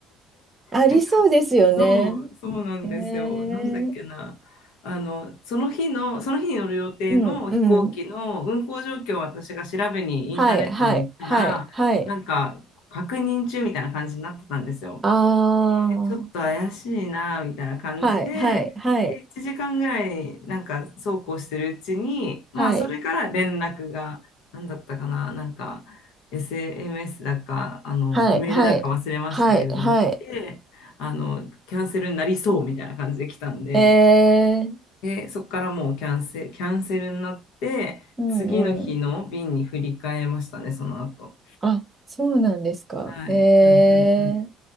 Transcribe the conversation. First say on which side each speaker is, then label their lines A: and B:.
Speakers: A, on the right; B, on the left.
A: ありそうですよね。
B: <laughs> そう、そうなんですよ。
A: えー、
B: なんだっけな。あの、その日の、その日に乗る予定の飛行機の運航状況を私が調べにインターネットに行ったら、
A: うん、うん。はい、はい、はい、はい。
B: なんか確認中みたいな感じになってたんですよ。
A: ああ、
B: ちょっと怪しいなみたいな感じで、
A: はい、はい、はい、
B: で1時間ぐらいなんかそうこうしてるうちに、まあ、
A: はい、
B: それから連絡が何だったかな、なんか SMS だかあのメールだか忘れましたけれども来てあのキャンセルになりそうみたいな感じで来たんで、
A: はい、はい、はい、はい。えー、
B: でそこからもうキャンセ、キャンセルになって次の日の便に振り替えましたねその後。
A: うん、うん。あ、そうなんですか。
B: はい。
A: えー、
B: うんうんうん。だ